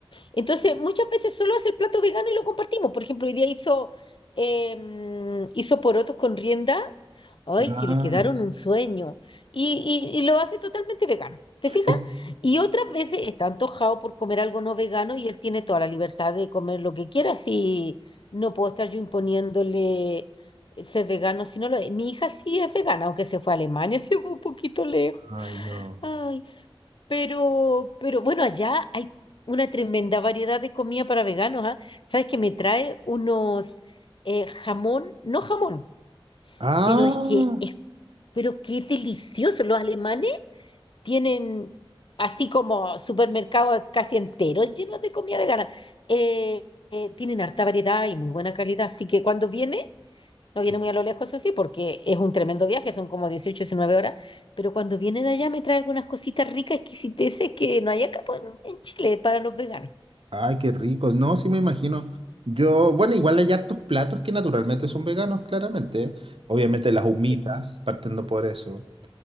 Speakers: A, on the left; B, on the right.
A: Entonces, muchas veces solo hace el plato vegano y lo compartimos. Por ejemplo, hoy día hizo, em, hizo porotos con rienda Ay,
B: Ah.
A: que le quedaron un sueño. Y, y- y lo hace totalmente vegano. ¿Te fijas?
B: Ay,
A: Y otras veces está antojado por comer algo no vegano y él tiene toda la libertad de comer lo que quiera. Si no puedo estar yo imponiéndole eh, ser vegano si no lo es. Mi hija sí es vegana, aunque se fue a Alemania, <laughs> se fue un poquito lejos.
B: ay, no.
A: Ay, pero, pero bueno, allá hay una tremenda variedad de comida para veganos, ¿ah? ¿Sabes que me trae unos eh, jamón, no jamón?
B: Ah,
A: Pero es que es pero qué delicioso. Los alemanes tienen así como supermercados casi enteros llenos de comida vegana. Eh, eh, tienen harta variedad y muy buena calidad. Así que cuando viene, no
B: qué-
A: viene muy a lo lejos, eso sí, porque es un tremendo viaje, son como 18 19 horas. Pero cuando viene de allá me trae algunas cositas ricas, exquisiteces que no hay acá pues, en Chile para los veganos.
B: ay, qué rico. No, sí me imagino. Yo, bueno, igual hay hartos platos que naturalmente son veganos, claramente. Obviamente las humitas,
A: Sí,
B: partiendo por eso,